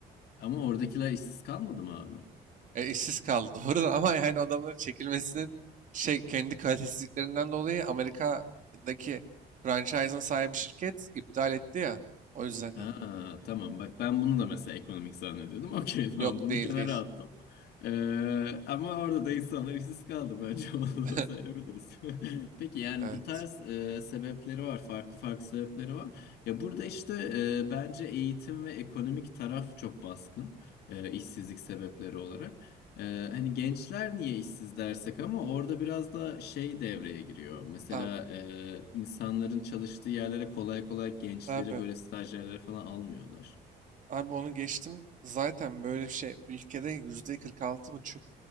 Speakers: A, on the left (about 70°); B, on the right (about 50°).
A: Ama oradakiler işsiz kalmadı mı abi?
B: E, işsiz kaldı <laughs> doğru da ama yani adamların çekilmesinin şey kendi kalitesizliklerinden dolayı Amerika'daki franchise'ın sahibi şirket iptal etti ya. O yüzden
A: Ha
B: dedim.
A: tamam bak ben bunu da mesela ekonomik zannediyordum. <laughs> Okey tamam
B: Yok
A: bunu
B: değil
A: kenara
B: değil.
A: attım. Ee, ama orada da insanlar işsiz kaldı bence <laughs> onu
B: <laughs>
A: da sayabiliriz. <laughs> Peki yani
B: Evet
A: bu tarz e, sebepleri var. Farklı farklı sebepleri var. Ya burada işte e, bence eğitim ve ekonomik taraf çok baskın. e, işsizlik sebepleri olarak. Ee, hani gençler niye işsiz dersek ama orada biraz da şey devreye giriyor. Mesela
B: abi.
A: e, insanların çalıştığı yerlere kolay kolay gençleri
B: Abi.
A: böyle stajyerlere falan almıyorlar.
B: Abi onu geçtim. Zaten böyle bir şey ülkede yüzde 46 buçuk